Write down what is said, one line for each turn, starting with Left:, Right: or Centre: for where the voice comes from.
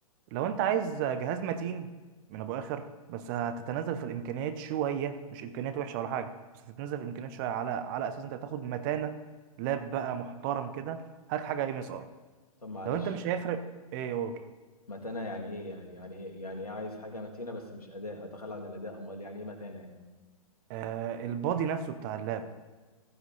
Right: لو انت عايز جهاز متين من ابو اخر بس هتتنازل في الامكانيات شويه مش امكانيات وحشه ولا حاجه بس هتتنازل في الامكانيات شويه على على اساس انت تاخد متانه لاب بقى محترم كده هات حاجه ام اس اي
Left: طب معلش
Right: لو انت مش هيفرق ايه قول
Left: متانه يعني ايه يعني يعني ايه يعني ايه عايز حاجه متينه بس مش اداء اتخلى عن الاداء امال يعني ايه متانه يعني؟
Right: آه البادي نفسه بتاع اللاب